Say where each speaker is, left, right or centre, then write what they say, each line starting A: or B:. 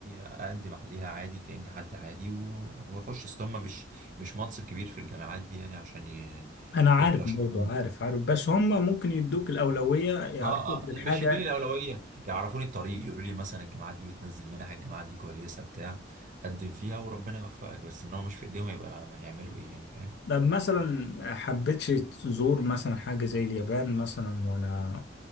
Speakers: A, on the right (about 40°); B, on the left (about 60°).
A: اقدم عليها عادي كأني حد عادي و- واخش اصل هم مش مش منصب كبير في الجامعات دي يعني عشان ي-
B: انا عارف
A: يرشحوني
B: برضو عارف عارف بس هم ممكن يدوك الأولوية يعرفوك
A: اه
B: بالحاجة
A: اه لا مش يدوني الاولوية يعرفوني الطريق يقولوا لي مثلا الجامعات دي بتنزل منح الجامعات دي كويسة بتاع قدم فيها وربنا يوفقك بس ان هو مش في ايديهم يبقى هيعملوا ايه يعني فاهم
B: طب مثلا حبيتش تزور مثلا حاجة زي اليابان مثلا ولا